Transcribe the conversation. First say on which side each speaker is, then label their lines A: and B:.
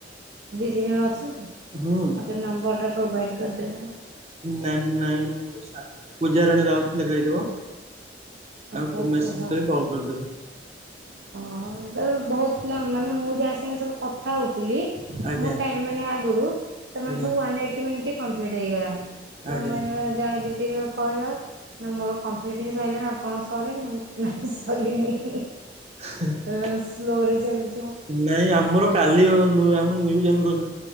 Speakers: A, on the right; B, on the right.
A: ଦିଦି ଜଣେ ଅଛନ୍ତି ମୋତେ
B: ହୁଁ।
A: ନମ୍ବରଟା ପ୍ରୋଭାଇଡ଼୍ କରିଦେବେ।
B: ନାଇଁ ନାଇଁ <unintelligible> ପୂଜାରାଣୀ ରାଉତ ଲେଖା ହେଇଥିବ।
A: ଓକେ
B: ଆଉ
A: ଓକେ
B: ମେସେଜ
A: ହଁ।
B: କରି କଲ କରି ଦେବେ।
A: ହଁ ତା ବହୁତ ପିଲା ମାନେ ମୁଁ ଯାହା ସାଙ୍ଗେ ସବୁ କଥା ହଉଥିଲି।
B: ଆଜ୍ଞା
A: ମୋ ଟାଇମ୍ ମାନେ ଆଗରୁ ସେମାନେ
B: ଆଜ୍ଞା
A: ୱାନ୍ ଏଇଟ୍ ମିନିଟ୍ କମ୍ପିଲଟ ହେଇଗଲାଣି। ତ
B: ଆଜ୍ଞା।
A: ମୁଁ ଏନା ଜଣେ ଦିଦିକୁ କହିଲ ନା ମୋର କମ୍ପ୍ଲିଟ ହେଇ ସାରିଲାନି ଆପଣଙ୍କ ସରିନି। ମୁଁ କହିଲି ନାଇଁ ସରିନି।
B: ହେଁ।
A: ଏ ସ୍ଲୋରେ ଚାଲଚ୍
B: ନାଇଁ ଆମର କାଲି ଓ ଅ ଆମେ ନିୟୁ ଜଏନ କରିଲୁ।